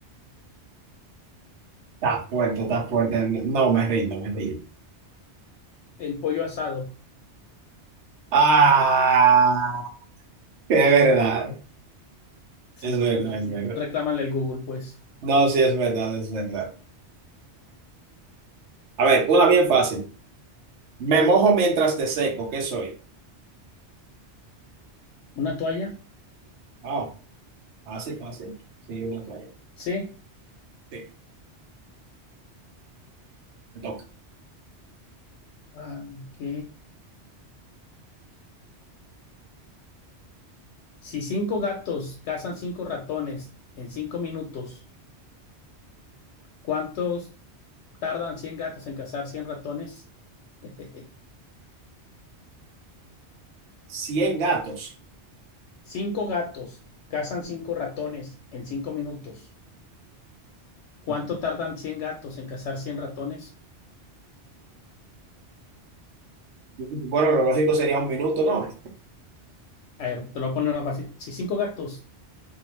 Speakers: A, on the right (about 75°); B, on the left (about 80°).
A: Está fuerte, está fuerte. No, me rindo, me rindo.
B: El pollo asado.
A: Ah, es verdad,
B: Sí,
A: es verdad,
B: yo,
A: es verdad.
B: reclámale al Google, pues.
A: No, sí, es verdad, es verdad. A ver, una bien fácil. Me mojo mientras te seco, ¿qué soy?
B: ¿Una toalla?
A: Wow. Fácil, fácil. Sí, una toalla.
B: Sí.
A: Sí, me toca.
B: Ah, ok. Si cinco gatos cazan cinco ratones en cinco minutos, ¿cuántos tardan 100 gatos en cazar 100 ratones? <laughs>
A: cien gatos.
B: Cinco gatos cazan cinco ratones en cinco minutos. ¿Cuánto
A: Ujú.
B: tardan 100 gatos en cazar cien ratones?
A: Bueno, lo lógico sería un minuto, ¿no?
B: A ver, te lo voy a poner más fácil. Si cinco gatos